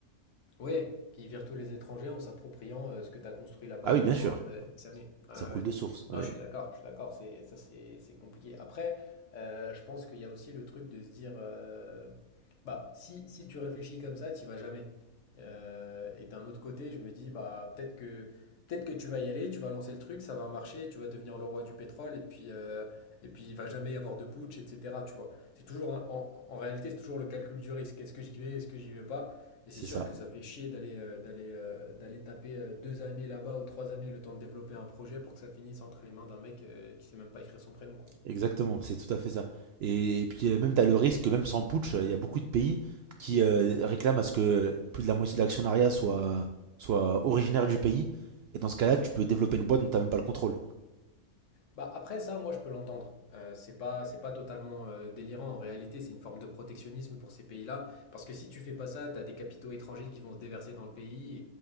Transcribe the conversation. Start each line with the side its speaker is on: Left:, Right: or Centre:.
Left: Ouais, qui virent tous les étrangers en s'appropriant, heu, ce que tu as construit là-bas
Right: Ah oui,
Left: pendant,
Right: bien sûr,
Left: heu, X années. Ouais,
Right: ça
Left: ouais,
Right: coule
Left: ouais.
Right: de source. Ouais,
Left: Non, je suis d'accord, je suis d'accord, c'est ça c'est c'est compliqué. Après, heu, je pense qu'il y a aussi le truc de se dire, heu, bah, si si tu réfléchis comme ça, tu y vas jamais. Heu et d'un autre côté, je me dis, bah, peut-être que peut-être que tu vas y aller, tu vas lancer le truc, ça va marcher, tu vas devenir le roi du pétrole et puis, heu et puis il va jamais y avoir de putsch et cetera, tu vois? C'est toujours un en en réalité, c'est toujours le calcul du risque. Est-ce que j'y vais? Est-ce que j'y vais pas? Mais
Right: c'est
Left: c'est sûr
Right: ça.
Left: que ça fait chier d'aller euh, d'aller euh, d'aller taper euh, deux années là-bas ou trois années le temps de développer un projet pour que ça finisse entre les mains d'un mec euh, qui sait même pas écrire son prénom, quoi.
Right: Exactement, c'est tout à fait ça. Et, et puis euh, même t'as le risque, que même sans putsch, euh, il y a beaucoup de pays qui euh, réclament à ce que plus de la moitié de l'actionnariat soit, soit originaire du pays. Et dans ce cas-là, tu peux développer une boîte dont t'as même pas le contrôle.
Left: Bah après ça, moi je peux l'entendre. Euh, c'est pas, c'est pas totalement euh, délirant. En réalité, c'est une forme de protectionnisme pour ces pays-là. Parce que si tu fais pas ça, t'as des capitaux étrangers qui vont se déverser dans le pays